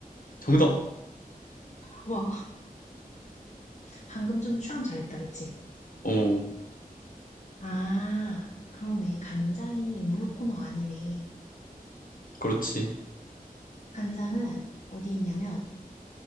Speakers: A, on the left; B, on the left.
A: 정답!
B: 와, 방금 좀 추론 잘했다, 그치?
A: 어,
B: 아, 그러네. 간장이 음료 코너 아니네.
A: 그렇지.
B: 간장은 어디 있냐면